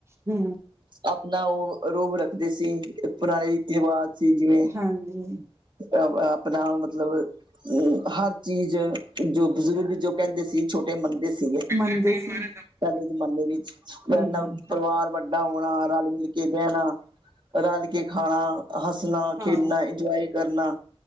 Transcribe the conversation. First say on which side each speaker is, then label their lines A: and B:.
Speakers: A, on the right; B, on the right.
A: ਹੂ।
B: ਆਪਣਾ ਉਹ ਰੌਬ, ਰੱਖਦੇ ਸੀ। ਪੁਰਾਣੇ ਰੀਤੀ ਰਿਵਾਜ ਸੀ। ਜਿਵੇਂ
A: ਹਾਂਜੀ,
B: ਅ ਆਪਣਾ ਮਤਲਬ ਹਰ ਚੀਜ਼ ਜੋ ਬਜ਼ੁਰਗ, ਜੋ ਕਹਿੰਦੇ ਸੀ ਛੋਟੇ ਮੰਨਦੇਸੀ। ਸੀਗੇ,
A: ਮੰਨਦੇ ਸੀ
B: ਪਹਿਲੇ ਜ਼ਮਾਨੇ ਵਿੱਚ,
A: ਹਮ
B: ਏਨਾ ਪਰਿਵਾਰ ਵੱਡਾ ਹੋਣਾ, ਰਲ ਮਿਲ ਕੇ ਬਹਿਣਾ ਰਲ ਕੇ ਖਾਣਾ ਹੱਸਣਾ
A: ਹਾਂ
B: ਖੇਡਣਾ, ਇੰਜੋਏ ਕਰਨਾ